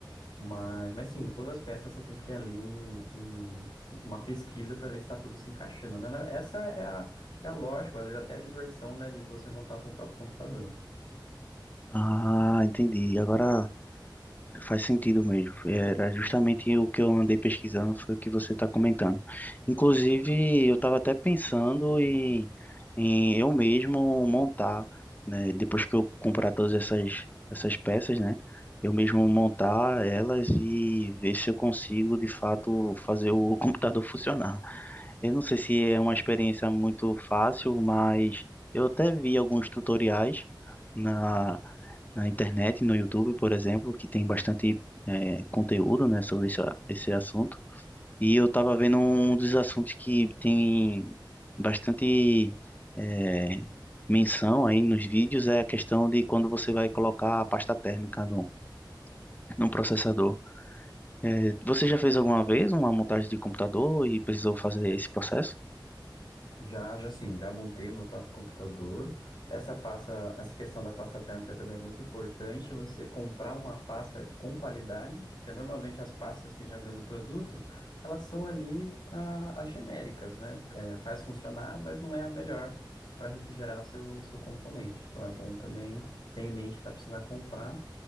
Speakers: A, on the left; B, on the left.
A: Mas, mas sim, todas as peças você tem que ter ali um, um- uma pesquisa para ver se está tudo se encaixando, né? Na- Essa é a, é a lógica, às vezes até a diversão, né, de você montar o seu próprio computador.
B: Ah, entendi. Agora Faz sentido mesmo. Era justamente o que eu andei pesquisando, foi o que você está comentando. Inclusive, eu estava até pensando em, em eu mesmo montar, né? Depois que eu comprar todas essas, essas peças, né? Eu mesmo montar elas e ver se eu consigo, de fato, fazer o <laughs> computador funcionar. Eu não sei se é uma experiência muito fácil, mas eu até vi alguns tutoriais na na internet, no YouTube, por exemplo, que tem bastante é, conteúdo, né, sobre esse, esse assunto. E eu estava vendo um dos assuntos que tem bastante é, menção aí nos vídeos é a questão de quando você vai colocar a pasta térmica no, no processador. É, você já fez alguma vez uma montagem de computador e precisou fazer esse processo?
A: Já, já sim, já montei o meu próprio computador. Essa pasta, essa questão da pasta térmica também é muito importante, você comprar uma pasta com qualidade, porque normalmente as pastas que já vem no produto, elas são ali ah, as genéricas, né? É, faz funcionar, mas não é a melhor para refrigerar seu, seu componente. Então é bom também ter em mente que tá precisando comprar